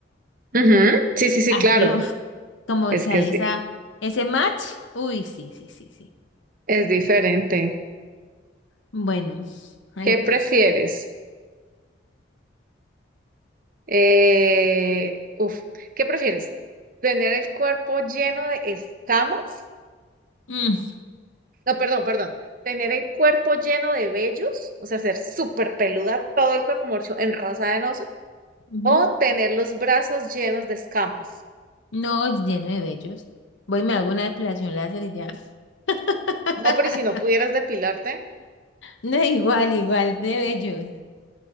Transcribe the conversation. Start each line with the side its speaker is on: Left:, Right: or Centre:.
Right: Ujú. Sí, sí, sí,
Left: Ah,
Right: claro.
Left: Dios, como
Right: Es
Left: que
Right: que
Left: hay
Right: es, di-
Left: esa, ese match. Uy, sí, sí, sí, sí.
Right: es diferente.
Left: Bueno, vale
Right: ¿Qué prefieres?
Left: pues.
Right: Eh, uf, ¿qué prefieres? ¿Tener el cuerpo lleno de escamas
Left: Mm,
Right: No, perdón, perdón. Tener el cuerpo lleno de vellos, o sea, ser súper peluda, todo el cuerpo morcho, enrasada en oso,
Left: ujú.
Right: o tener los brazos llenos de escamas.
Left: No, es lleno de vellos. Voy, y me hago una depilación láser y ya. <laughs>
Right: No, pero ¿y si no pudieras depilarte,
Left: No, igual, igual, de bellos.